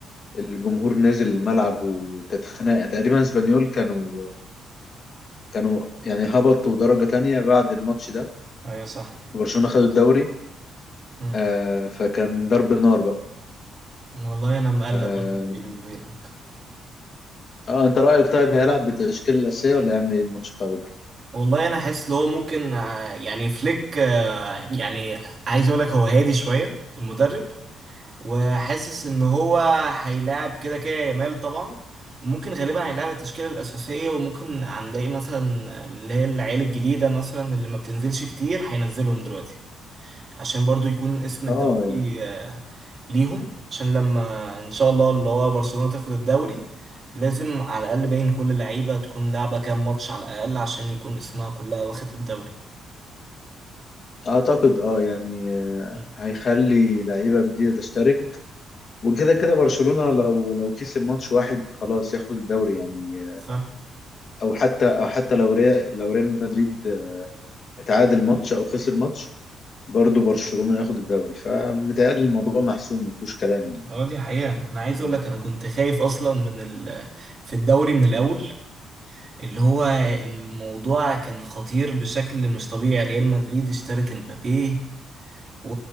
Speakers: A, on the left; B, on the right.
A: الجمهور نزل الملعب وكانت خناقه تقريبا اسبانيول كانوا كانوا يعني هبطوا درجه تانية بعد الماتش ده
B: ايوه صح
A: برشلونة خدوا الدوري
B: مم.
A: آه فكان ضرب نار بقى
B: والله انا مقلق
A: آه,
B: برضه بيني وبينك
A: اه انت رأيك طيب هيلعب بالتشكيلة الأساسية ولا هيعمل ايه الماتش بتاع بكرة؟
B: والله انا حاسس اللي هو ممكن آه، يعني فليك آه، يعني عايز اقول لك هو هادي شوية المدرب وحاسس ان هو هيلاعب كده كده يامال طبعا وممكن غالبا هيلاعب التشكيلة الأساسية وممكن هنلاقي مثلا اللي هي العيال الجديدة مثلا اللي ما بتنزلش كتير هينزلهم دلوقتي عشان برضو يكون اسم الدوري
A: اه يعني
B: آه، ليهم عشان لما ان شاء الله اللي هو برشلونة تاخد الدوري لازم على الاقل باين كل لعيبة تكون لعبة كام ماتش على الاقل عشان يكون اسمها كلها واخد الدوري
A: اعتقد اه يعني آه
B: مم.
A: هيخلي لعيبة جديدة تشترك وكده كده برشلونة لو لو كسب ماتش واحد خلاص ياخد الدوري يعني
B: صح
A: آه، او حتى او حتى لو ريال لو ريال مدريد آه، تعادل ماتش او خسر ماتش برضه برشلونة ياخد الدوري فمتهيألي الموضوع محسوم ما فيهوش كلام
B: اه دي حقيقة انا عايز
A: يعني
B: اقول لك انا كنت خايف اصلا من ال... في الدوري من الاول اللي هو الموضوع كان خطير بشكل مش طبيعي ريال مدريد اشترت امبابي و...